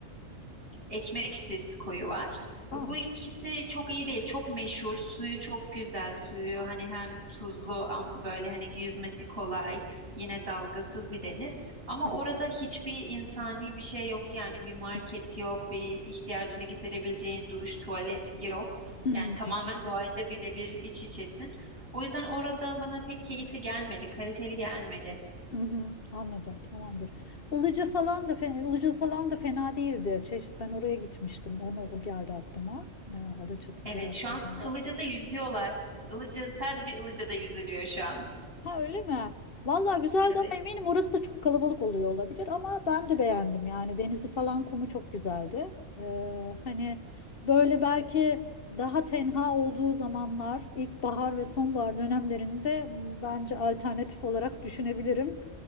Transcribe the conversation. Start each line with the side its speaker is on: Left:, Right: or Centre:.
Right: ekmeksiz koyu var.
Left: Aa.
Right: Bu ikisi çok iyi değil, çok meşhur. Suyu çok güzel, suyu hani hem tuzlu am- böyle hani yüzmesi kolay, yine dalgasız bir deniz. Ama
Left: Hı,
Right: orada hiçbir insani bir şey yok yani bir market
Left: hı,
Right: yok, bir ihtiyacını giderebileceğin duş, tuvalet yok.
Left: hı,
Right: Yani tamamen doğayla birebir iç içesin. O yüzden orada bana pek keyifli gelmedi, kaliteli gelmedi.
Left: hı, hı. Anladım tamamdır. Ilıca falan da fena, Ilıca falan da fena değildi. Çeş- ben oraya gitmiştim. Onu o geldi aklıma. E, Alaçatı
Right: Evet,
Left: taraflarında.
Right: şu an Ilıca'da yüzüyorlar. Ilıca sadece Ilıca'da yüzülüyor şu an.
Left: Ha öyle mi? Vallahi güzeldi
Right: Evet.
Left: ama eminim orası da çok kalabalık oluyor olabilir ama ben de beğendim yani denizi falan kumu çok güzeldi. Ee, hani böyle belki daha tenha olduğu zamanlar ilkbahar ve sonbahar dönemlerinde bence alternatif olarak düşünebilirim